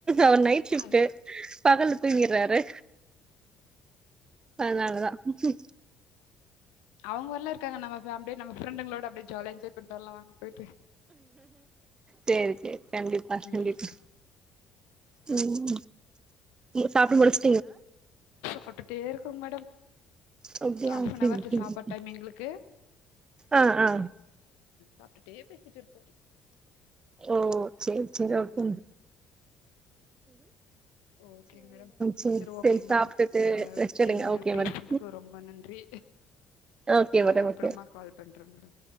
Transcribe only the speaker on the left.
அது
அவங்க வரலான இருக்காங்க நம்ம ஃபேமிலி ஆஹா நம்ம ப்ரண்டுங்களோட அப்படி ஜாலியா என்ஜாய் பண்ணிடு வரலாம் வாங்க போயிட்டு
ம்
சாப்டுடே க்கேன் மேடம்
ஆஃப்நவர்
சாப்பாடு டைம் எங்களுக்கு
ஹா தே பேசிட்டு இருக்கு
ஓகே மேடம்
செரி ஓகே
மேடம்
ஆஹா
பேசதுக்கு
ரொம்ப நன்றி
ந
அப்புறமா
கால் பண்றேன்